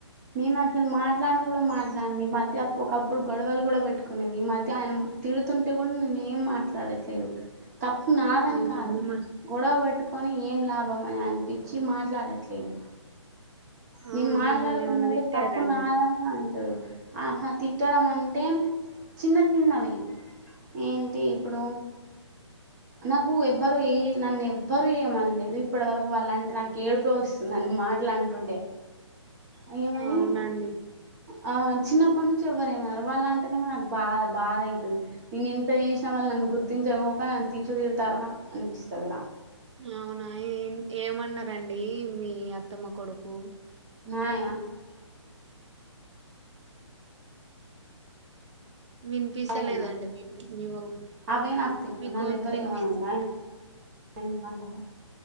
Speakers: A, on the right; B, on the right.
A: నేను అసలు మాట్లాడన్ కూడా మాట్లాడన్ ఈ మధ్య అ ఒకప్పుడు గొడవలు కూడా పెట్టుకునేది ఈ మధ్య ఆయన తిడుతుంటే కూడా నేను ఏం మాట్లాడట్లేదు తప్పు నాదని
B: అవునా
A: కాదు
B: మిమ్మ
A: గొడవ పెట్టుకొని ఏం లాభం అని అనిపించి మాట్లాడట్లేదు
B: అవునా
A: నేను మాట్లా
B: మిమ్మల్ని
A: ఏమన్నా ంటే
B: తిట్టారా
A: తప్పు
B: అండి
A: నాదనే అంటారు ఆహా తిట్టడం మన్ టేం చిన్న చిన్నవి ఏంటి ఇప్పుడు నాకు ఎవ్వరు ఏ నన్ను ఎవ్వరుూ ఏమనలేదు ఇప్పటివరకు వాళ్ళంటే నాకు ఏడిపో వస్తుంది నన్న మాటలు అంటుంటే అయా మని
B: అవునండి
A: ఆ చిన్నప్పటి నుంచి ఎవ్వర్ ఏమనరూ వాళ్ళ అంటేనేమో నాకు బా బాధ అవుతుంది నేను ఇంత చేసినా వాళ్ళు నన్ను గుర్తించకపోక తిట్లు తిడుతారా అనిపిస్తది నాకు
B: అవునా ఏం ఏమన్నరండి మీ అత్తమ్మ కొడుకు
A: నాయన
B: వినిపిసా
A: ఆయనా
B: లేదు అండి మీ వావ్
A: అవే నాకు తిట్లు
B: మీ
A: నన్ను
B: గొంతు
A: ఎవ్వరు
B: వినిపిస్
A: ఏమనొద్దు ఆయన ఎందుకంటారు